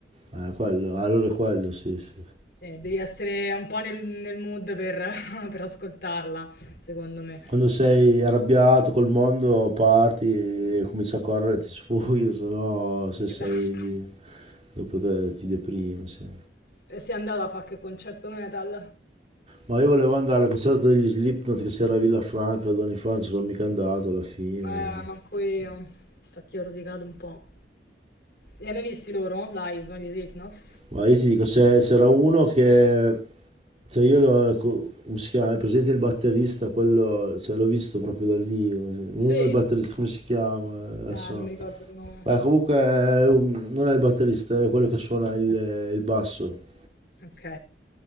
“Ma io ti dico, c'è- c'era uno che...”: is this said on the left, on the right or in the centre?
Right